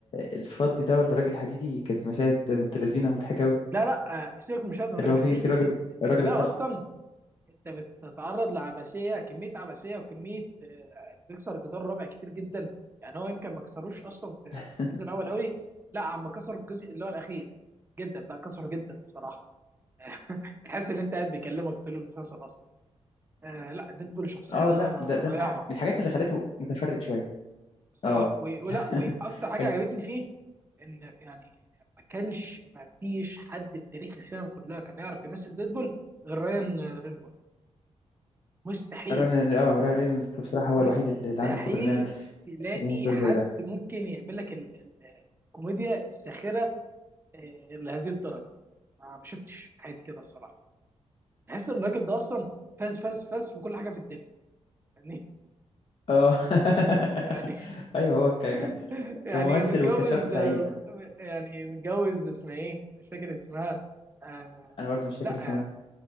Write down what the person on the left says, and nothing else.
الفضي ده ولا الراجل الحديدي كانت مشاهد بنت لذينه ومضحكه قوي
اللي
هو
في في راجل
الراجل
الضخم
<laughs>
اه لا ده ده
من الح- من الحاجات اللي خلته متفرد شويه
اه
<laughs>
ايوه
ران اه راين رينولدز بصراحه هو
الوحيد اللي اللي عنده القدره انه يعمل
انه يعمل دور
زي ده
اه <laughs>
ايوه هو ك... ك...
كممثل
وكشخص
حقيقي لا
انا برضو مش فاكر
اسمها